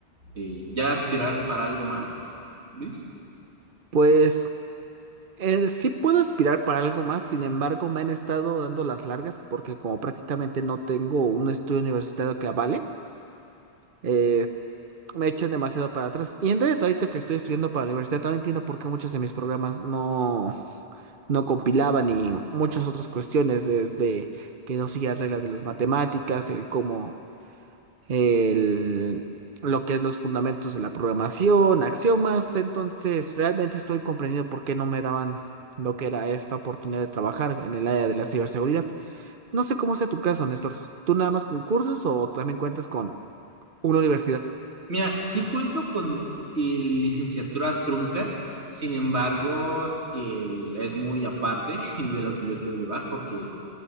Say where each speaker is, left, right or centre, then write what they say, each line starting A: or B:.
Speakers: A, on the right; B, on the right.
A: eh, ya aspirar para algo más, Luis?
B: Pues eh, sí puedo aspirar para algo más, sin embargo me han estado dando las largas porque como prácticamente no tengo un estudio universitario que avale, eh, me echan demasiado para atrás. Y en realidad ahorita que estoy estudiando para la universidad también entiendo por qué muchos de mis programas no, no compilaban y muchas otras cuestiones desde que no seguía reglas de las matemáticas, el cómo el- lo que es los fundamentos de la programación, axiomas. Entonces, realmente estoy comprendiendo por qué no me daban lo que era esta oportunidad de trabajar en el área de la ciberseguridad. No sé cómo sea tu caso, Néstor. ¿Tú nada más con cursos o también cuentas con una universidad?
A: Mira, sí cuento con el licenciatura trunca, sin embargo, el- es muy aparte <laughs> de lo que yo quiero llevar, porque